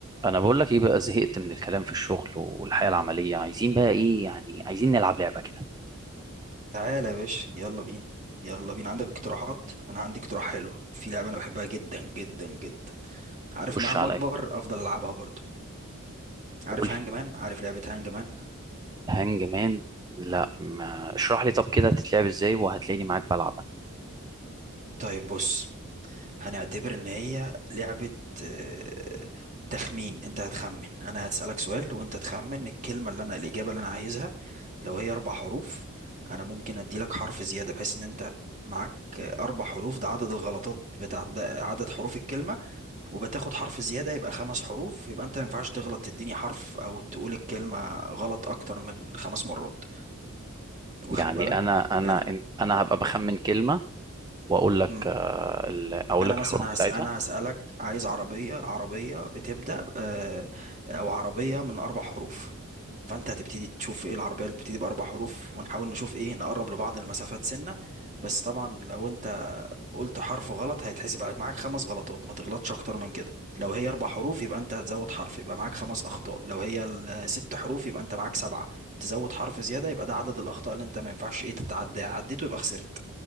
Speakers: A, on the right; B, on the right.
A: انا بقول لك ايه بقى زهقت من الكلام في الشغل والحياه العمليه عايزين بقى ايه يعني عايزين نلعب لعبه كده
B: تعالى يا باشا يلا بينا يلا بينا عندك اقتراحات انا عندي اقتراح حلو في لعبه انا بحبها جدا جدا جدا عارف
A: خش
B: مهما
A: عليا
B: اكبر افضل العبها برضو عارف
A: قول لي
B: هانج مان عارف لعبه هانج مان
A: هانج مان لا ما اشرح لي طب كده تتلعب ازاي وهتلاقيني معاك بلعب
B: طيب بص هنعتبر ان هي لعبه آه، تخمين انت هتخمن انا هسالك سؤال وانت تخمن الكلمه اللي انا الاجابه اللي انا عايزها لو هي اربع حروف انا ممكن ادي لك حرف زياده بحيث ان انت معاك اربع حروف ده عدد الغلطات بتاع ده عدد حروف الكلمه وبتاخد حرف زيادة يبقى خمس حروف يبقى انت ما ينفعش تغلط تديني حرف او تقول الكلمة غلط اكتر من خمس مرات واخد
A: يعني
B: بالك
A: انا انا
B: يعني
A: إن- انا هبقى بخمن كلمه واقول لك
B: امم
A: آه، ال- اقول
B: انا
A: لك
B: مثلا
A: الحروف بتاعتها
B: هس... انا هسألك عايز عربية عربية بتبدأ آه... او عربية من اربع حروف فانت هتبتدي تشوف ايه العربيه اللي بتبتدي باربع حروف ونحاول نشوف ايه نقرب لبعض المسافات سنه بس طبعا لو انت قلت حرف غلط هيتحسب عليك معاك خمس غلطات ما تغلطش اكتر من كده لو هي اربع حروف يبقى انت هتزود حرف يبقى معاك خمس اخطاء لو هي ال- ست حروف يبقى انت معاك سبعه تزود حرف زياده يبقى ده عدد الاخطاء اللي انت ما ينفعش ايه تتعدى عديته يبقى خسرت